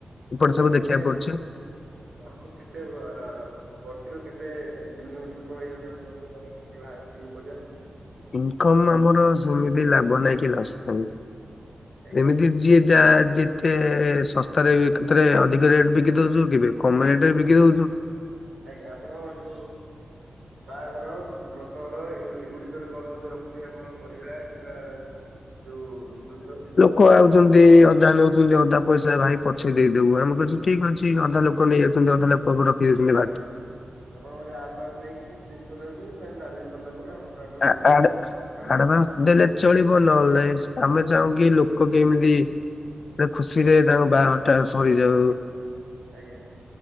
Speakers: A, on the left; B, on the right.
A: ଏପଟେ
B: ଆପଣକୁ
A: ସବୁ
B: କେତେ
A: ଦେଖିବାକୁ
B: ଆପଣକୁ
A: ପଡୁଛି।
B: କେତେ ଆ ବର୍ଷିକ କେତେ ମିନିମମ୍ ଇନିକମ୍ ହେଇଯାଉଛି ଆପଣଙ୍କର ମାନେ କେତେ ବାହାରୁଚି ଏ ପଇସା?
A: ଇନକମ୍ ଆମର ସେମିତି ଲାଭ ନହିଁ କି ଲସ
B: ଆଜ୍ଞା
A: ସେମିତି ଯିଏ ଯାହା ଯେ ତେ ଶସ୍ତାରେ କେତେରେ ଅଧିକ ରେଟ୍ ବିକି ଦଉଚୁ କେବେ କମ୍ ରେଟ୍ ରେ ବିକି ଦଉଚୁ।
B: ଆଜ୍ଞା। ଆପଣ ଯୋଉ ବାହାଘର ବ୍ରତ ଘର ଏ ଏଗୁଡିକର କଲ ମଧ୍ୟ ରଖୁ କି ଆପଣ ପରିବା କିମ୍ବା ଯୋଉ ଦୁଧ
A: କୋଉ ଆଉଛନ୍ତି ଅଧା ନେଉଛନ୍ତି ଅଧା ପଇସା ଭାଇ ପଛେ ଦେଇଦବୁ ଆମେ କହୁଛୁ ଠିକ୍ ଅଛି ଅଧା ଲୋକ ନେଇଯାଉଛନ୍ତି ଅଧା ଲୋ କ ରଖିଦଉଛନ୍ତି
B: ଆଜ୍ଞା
A: ବାକି।
B: ଆପଣ ବୋଧେ ଆଭାନ୍ସ ନେଇକି କିଛି ଜିନିଷ ଦଉଛନ୍ତି ତାଙ୍କ କାର୍ଯ୍ୟ ସରିଲା ପରେ ଆପଣ
A: ଆ ଆ
B: ପଇସା
A: ଆଡ୍
B: ଆଣୁଛନ୍ତି।
A: ଆଡଆନ୍ସ ଦେଲେ ଚଳିବ ନହେଲେ ନାଇଁ। ଆମେ ଚାହୁଁକି ଲୋକ କେମିତି ଯେ ଖୁସିରେ ତାଙ୍କ ବାହାଘର ଟା ସରିଯାଉ।
B: ଆଜ୍ଞା।